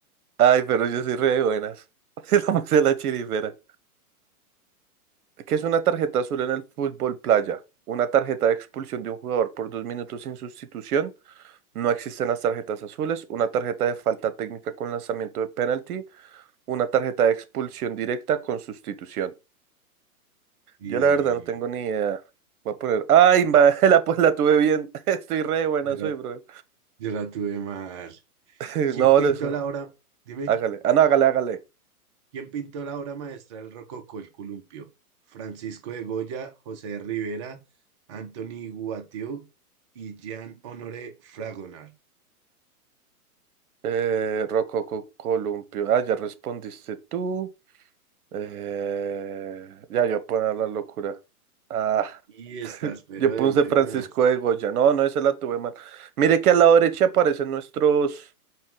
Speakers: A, on the right; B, on the right.
A: Ay, pero yo soy re de buenas. <laughs> Se la puse a la chirifera. ¿Qué es una tarjeta azul en el fútbol playa? Una tarjeta de expulsión de un jugador por dos minutos sin sustitución. No existen las tarjetas azules. Una tarjeta de falta técnica con lanzamiento de penalti. Una tarjeta de expulsión directa con sustitución.
B: Y
A: Yo la verdad no tengo ni idea. Voy a poner. Ay, ma- <laughs> la, pues la tuve bien. <laughs> Estoy re de buenas
B: yo la,
A: hoy, bro.
B: yo la tuve mal.
A: <laughs>
B: ¿Quién
A: No,
B: pintó
A: les...
B: la obra? Dime.
A: hágale. Ah, no, hágale, hágale.
B: ¿Quién pintó la obra maestra del Rococó, el columpio? Francisco de Goya, José de Rivera, Antoni Guattieu y Jean-Honoré Fragonard.
A: Eh, Rococo Columpio. Ah, ya respondiste tú. Eh, ya yo voy a poner la locura. Ah,
B: Y estás, pero
A: yo puse
B: de buenas.
A: Francisco de Goya. No, no, esa la tuve mal. Mire que a la derecha aparecen nuestros,